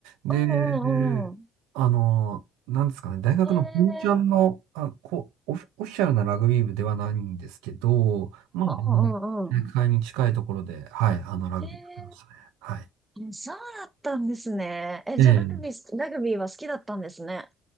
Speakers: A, on the right; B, on the right.
A: で、
B: うんうんうん。
A: あの、なんですかね、大学の本ちゃんの、
B: へえ。
A: あ、こう、オフ、オフィシャルなラグビー部ではないんですけど、まあ、あの、
B: うんうんうんうん。
A: 大会に近いところで、はい、あの、ラグビーやってましたね。
B: へえ。
A: はい。
B: うんそうだったんですね。え、
A: ええ、
B: じゃあラグビー、ラグビーは好きだったんですね。